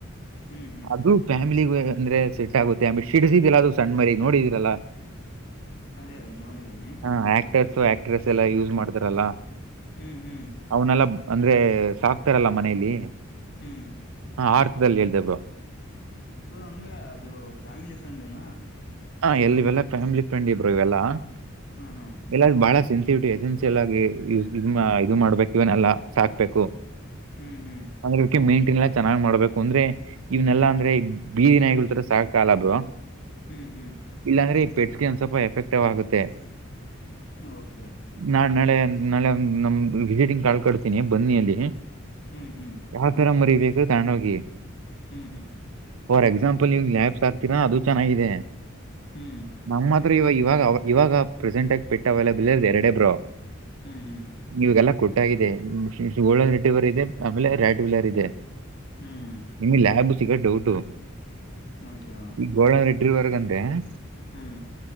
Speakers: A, on the left; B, on the right.
A: ಹ್ಮ್ ಹ್ಮ್
B: ಇದು ಫ್ಯಾಮಿಲಿ ಅಂದ್ರೆ ಸೆಟ್ ಆಗುತ್ತೆ ಆಮೇ ಸಿಡಸಿದಿಲ್ಲ ಅದು ಸಣ್ಣ ಮರಿ ನೋಡಿದ್ರಲ್ಲ
A: ಅದೇ ಅದೇ ನೋಡಿದ್ದೀನಿ
B: ಹಾ ಆಕ್ಟರ್ಸ್ ಆಕ್ಟ್ರೆಸ್ ಎಲ್ಲ ಯೂಸ್ ಮಾಡ್ತಾರಲ್ಲಾ
A: ಹ್ಮ್ ಹ್ಮ್
B: ಅವನೆಲ್ಲ ಅಂದ್ರೆ ಸಾಕ್ತಾರಲ್ಲ ಮನೇಲಿ
A: ಹ್ಮ್. <inaudible>
B: ಹಾ, ಅರ್ಥದಲ್ಲಿ, ಇಧಿದು. <inaudible>
A: ಓ, ಹಂಗೆ, ಅದು ಫ್ಯಾಮಿಲಿ ಫ್ರಂಡೇನಾ? <inaudible>
B: ಹಾ ಎಲ್ಲಿವೆಲ್ಲ ಫ್ಯಾಮಿಲಿ ಫ್ರೆಂಡ್ ಇದ್ರು ಇವೆಲ್ಲಾ? <inaudible>
A: ಹ, ಹ. <inaudible>
B: ಎಲ್ಲ, ಬಹಳ, ಸೆನ್ಸಿವಿಟಿ, ಎಸೆನ್ಸಿಯಲ್, ಆಗಿ ಇ ಇದು, ಮಾಡ್ಬೇಕು, ಇವನ್, ಎಲ್ಲಾ ಸಾಕ್ಬೇಕು! <inaudible> <inaudible> <unintelligible>
A: ಹ್ಮ್, ಹ್ಮ್. <inaudible>
B: ಅಂದ್ರೆ, ಇವಕ್ಕೆ, ಮೇಂಟೈನ್, ಎಲ್ಲಾ, ಚೆನ್ನಾಗಿ ಮಾಡ್ಬೇಕು! ಅಂದ್ರೆ, ಇವ್ನೆಲ್ಲ, ಅಂದ್ರೆ, ಬೀದಿ ನಾಯಿಗಳ ತರ ಸಾಕಾಗಲ್ಲ, ಅದು. <inaudible>
A: ಹ್ಮ್, ಹ್ಮ್. <inaudible>
B: ಇಲ್ಲಾಂದ್ರೆ, ಪೆಟ್ಸ್ಗೆ, ಒಂದ್ ಸ್ವಲ್ಪ ಎಫೆಕ್ಟವ್ ಆಗುತ್ತೆ? <inaudible>
A: ಹೂ, ಓಕೆ! <inaudible>
B: ನಾ! ನಾಳೆ, ನಾಳೆ, ನಮ್ಧು, ವಿಸಿಟಿಂಗ್ ಕಾಲ್ ಕೊಡ್ತೀನಿ ಬನ್ನಿಯಿಲ್ಲಿ. <inaudible>
A: ಹ್ಮ್ ಹ್ಮ್
B: ಯಾವತರ, ಮರಿಬೇಕು, ತಗೊಂಡ್, ಹೋಗಿ. <inaudible>
A: ಹ್ಮ್ ಹ್ಮ್
B: ಫಾರ್, ಎಕ್ಸಾಂಪಲ್, ನೀವು, ಯಾಪ್ಸ್ ಹಾಕ್ತೀರಾ ಅದು ಚೆನ್ನಾಗಿದೆ. <inaudible>
A: ಹ್ಮ್. <inaudible>
B: ನಮ್, ಹತ್ರ ಇವಾಗ ಇವಾಗ ಇವಾಗ ಪ್ರೆಸೆಂಟ್ ಆಗಿ ಪೆಟ್ಟು, ಅವೈಲಬಲ್, ಇರೋದು, ಎರಡೇ ಬ್ರೋ. <inaudible>
A: ಹ್ಮ್, ಹ್ಮ್. <inaudible>
B: ಇವಾಗಲ್ಲ, ಕೊಟ್ಟಾಗಿದೆ, ಜೊಳ್ಳ, ನೆಟವರ್ ಇದೆ ಆಮೇಲೆ, ರ್ಯಾಡ್, ವೀಲರ್, ಇದೆ. <inaudible>
A: ಹ್ಮ್
B: ನಿಮಗೆ, ಲ್ಯಾಬ್, ಸಿಗೋದು, ಡೌಟು. <inaudible>
A: ಓಕೆ, ವಾ. <inaudible>
B: ಗೋಡನ್, ರೆಡ್ರಿವರೆಗಂತೆೆ? <inaudible>
A: ಹ್ಮ್ಮ್. <inaudible>